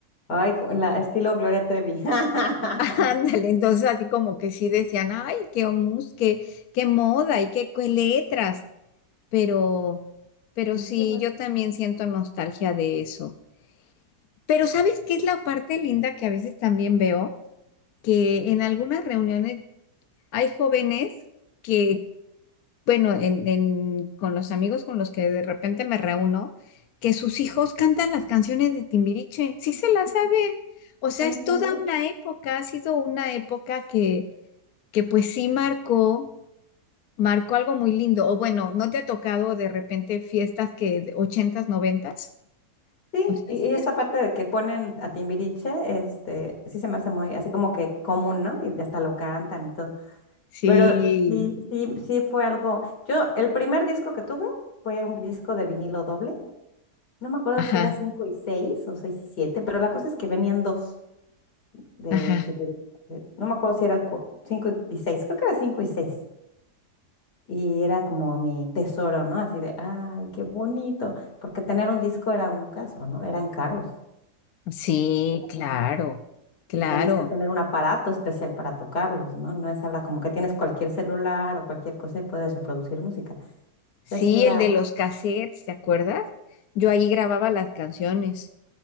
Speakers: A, on the left; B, on the left.
A: Ay, con la estilo Gloria Trevi. <laughs>
B: Ándale, entonces así como que sí decían, ay, qué mus, qué, qué moda y qué, qué letras, pero, pero sí,
A: Sí, bueno,
B: yo también siento nostalgia de eso. Pero ¿sabes qué es la parte linda que a veces también veo? Que
A: sí.
B: en algunas reuniones hay jóvenes que, bueno, en, en- con los amigos con los que de repente me reúno, que sus hijos cantan las canciones de Timbiriche, sí se las saben. O sea,
A: ¿En
B: es
A: serio?
B: toda una época, ha sido una época que que pues sí marcó, marcó algo muy lindo. O bueno, ¿no te ha tocado de repente fiestas que de ochentas, noventas?
A: Sí,
B: O sea,
A: y,
B: sí,
A: y
B: es
A: esa parte
B: un-
A: de que ponen a Timbiriche, este, sí se me hace muy así como que común, ¿no? Y hasta lo cantan y todo.
B: sí,
A: Pero sí, sí, sí fue algo. Yo, el primer disco que tuve fue un disco de vinilo doble. No me acuerdo
B: ajá,
A: si era 5 y 6 o 6 y siete pero la cosa es que venían dos de
B: ajá.
A: Timbiriche. de- No me acuerdo si era el 5 y seis creo que era 5 y seis Y era como mi tesoro, ¿no? Así de, ay, qué bonito. Porque tener un disco era un caso, ¿no? Eran caros.
B: Sí, claro,
A: Ujú.
B: claro.
A: Y tenías que tener un aparato especial para tocarlos, ¿no? No es ahora como que tienes cualquier celular o cualquier cosa y puedes reproducir música. O sea,
B: Sí,
A: sí era.
B: el de los cassettes, ¿te acuerdas? Yo ahí grababa las canciones.